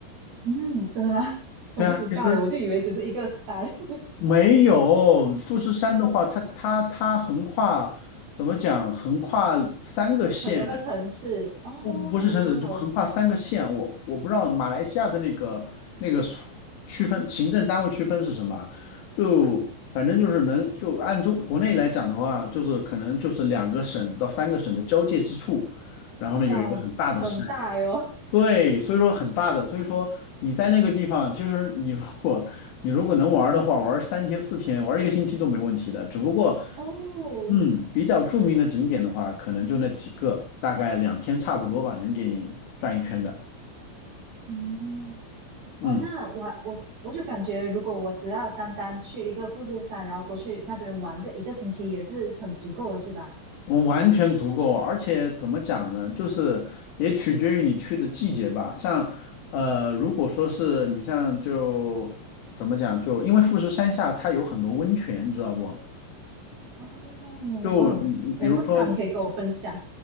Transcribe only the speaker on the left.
对啊，其实。
没有，富士山的话，它它它横跨怎么讲？横跨三个县，
哎
不不是城市，
就横跨三个县。我我不知道马来西亚的那个那个区分，行政单位区分是什么？就反正就是能就按中国内来讲的话，就是可能就是两个省到三个省的交界之处，然后呢有一个很大的山。
对，所以说很大的，
所以说你在那个地方，其实你如果你如果能玩儿的话，玩儿三天四天，玩儿一个星期都没问题的。只不过，
嗯，比较著名的景点的话，可能就那几个，大概两天差不多吧，能给你转一圈的。
嗯，
我完全足够，而且怎么讲呢，就是也取决于你去的季节吧。像呃，如果说是你像就怎么讲，就因为富士山下它有很多温泉，你知道不？
就你比如说，